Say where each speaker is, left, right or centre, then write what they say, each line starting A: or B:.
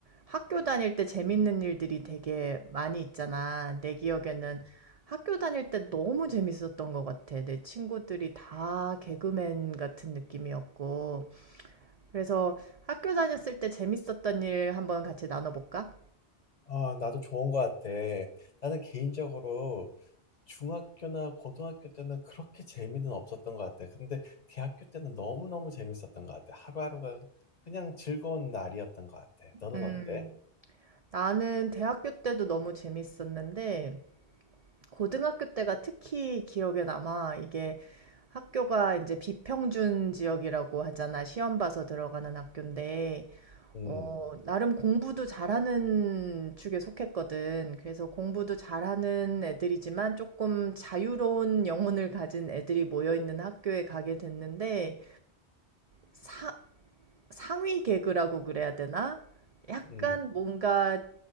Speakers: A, on the right (about 60°); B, on the left (about 45°).
A: 학교 다닐 때 재밌는 일들이 되게 많이 있잖아. 내 기억에는 학교 다닐 때 너무 재밌었던 것 같아. 내 친구들이 다 개그맨 같은 느낌이었고. 그래서 학교 다녔을 때 재밌었던 일 한번 같이 나눠볼까?
B: 아, 나도 좋은 것 같아. 나는 개인적으로 중학교나 고등학교 때는 그렇게 재미는 없었던 것 같아. 근데 대학교 때는 너무너무 재밌었던 것 같아. 하루하루가 그냥 즐거운 날이었던 것 같아. 너는
A: 음,
B: 어때?
A: 나는 대학교 때도 너무 재밌었는데, 고등학교 때가 특히 기억에 남아. 이게 학교가 이제 비평준 지역이라고 하잖아. 시험 봐서 들어가는 학교인데.
B: 음,
A: 어, 나름 공부도 잘하는 축에 속했거든. 그래서 공부도 잘하는 애들이지만 조금 자유로운 영혼을 가진 애들이 모여 있는 학교에 가게 됐는데 사, 상위 개그라고 그래야 되나? 약간
B: 음,
A: 뭔가